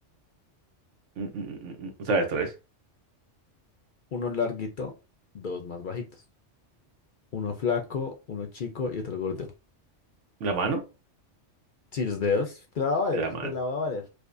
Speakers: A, on the right; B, on the left.
A: mm, mm, mm, mm, ¿sabes otra vez?
B: Uno larguito, dos más bajitos. Uno flaco, uno chico y otro gordo.
A: ¿La mano?
B: Sí, los dedos. Te la va a valer,
A: De la mano.
B: te la va a valer.